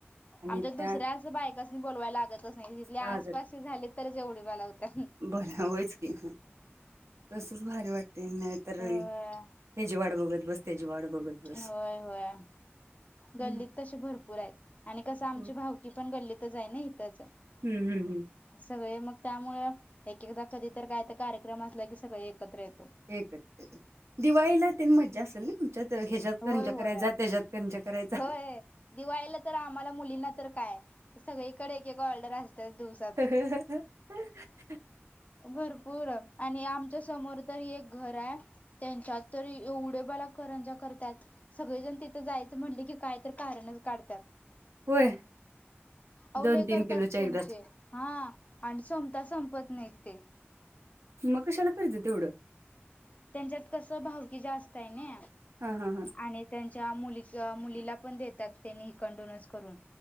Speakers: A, on the right; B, on the left.
A: आणि
B: आमच्या
A: त्या
B: दुसऱ्याच बायकस्नी बोवायला लागतच नाही, तिथल्या
A: लागत
B: आसपासशी झाली, तरच एवढी बोलावत्या
A: बर होयच की, तसच भारी वाट ते नाही तर,
B: होय
A: हे जि वाट बघत बस, त्याची वाट बघत बस
B: होय होय, गल्लीत
A: हम्म
B: तशे भरपूरायेत आणि कसं आमची
A: हो.
B: भावकी पण, गल्लीतच हाय ना, इथच.
A: हम् हम् हम.
B: सगळे मग त्यामुळं, एक एकदा कधी तर, काय तर कार्यक्रम असला की सगळे एकत्र येतो.
A: हे <unintelligible> दिवाळीला तेन मज्जा
B: हम्म
A: असल ना, तुमच्यात ह्याच्यात
B: होय
A: करंज्या
B: होय
A: कराया जा, त्याच्यात करंज्या करायचा
B: होय दिवाळीला तर आम्हाला मुलींना, तर काय सगळीकडे एक एक ऑर्डर असतेच, दिवस
A: ह ह ह <inaudible>
B: भरपूर आणि आमच्या समोर तरी एक घर हाय, त्यांच्यात तर एवढे बाला करंजा करतात सगळेजण तिथं जायचं म्हटले की, काय तर कारणच काढतात.
A: होय.
B: अव
A: दोन
B: लई
A: तीन
B: करतात
A: किलोच्या
B: त्यांचे,
A: एकदाच
B: हां आणि संपता संपत नाहीत. ते.
A: मग कशाला कर्ज तेवढं?
B: त्यांच्यात कसं भावकी जास्त य ना,
A: हा हा हा
B: आणि त्यांच्या मुलीक् मुलीला पण देतात, त्यांनी कडोन्सन <unintelligible> करून